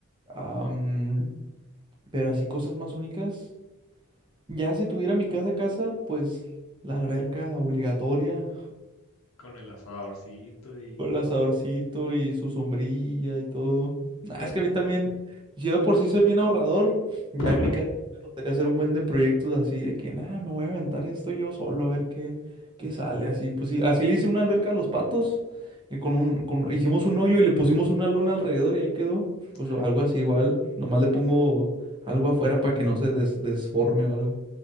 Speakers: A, on the right; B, on the left.
A: Am, pero así cosas más únicas. Ya si tuviera mi casa a casa, pues la alberca obligatoria.
B: con el asadorcito y...
A: Con el asadorcito y su sombrilla y todo. Nah,
B: ta-
A: es que a mí también, si yo de por sí soy bien ahorrador, ya
B: <laughs>
A: en mi casa sí me gustaría hacer un buen de proyectos así de que, nada, me voy a aventar esto yo solo a ver qué, qué sale. Así, pues sí, así le hice una alberca a los patos, y con un, con, hicimos un hoyo y le pusimos una lona alrededor y ahí quedó. Pues
B: Ah,
A: o algo así igual, nomás
B: ah,
A: le pongo algo afuera para que no se des- desforme o algo.